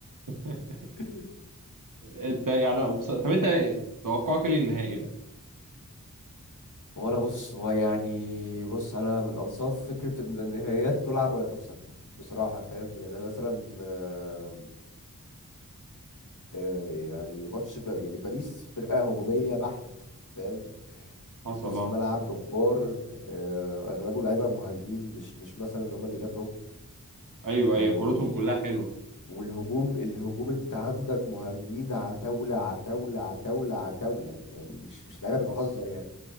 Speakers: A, on the right; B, on the left.
A: <laughs>
B: ربنا
A: انت يعني بص... طب انت توقعك ايه للنهائي ده؟
B: هو انا بص هو يعني بص انا من انصاف فكره ان النهائيات تلعب ولا تكسب بصراحه فاهم يعني انا مثلا آه، آه، يعني ماتش بار يعني باريس فرقه هجوميه بحت فاهم
A: حصل
B: نص
A: اه
B: ملعب جبار آه، اغلبه لعيبه مهاجمين مش مش مثلا ان هم بيدافعوا
A: ايوه
B: آه،
A: ايوه
B: و-
A: كورتهم كلها حلوه
B: والهجوم الهجوم انت عندك مهاجمين عتاوله عتاوله عتاوله عتاوله يعني مش مش لعيبه بتهزر
A: حصل
B: يعني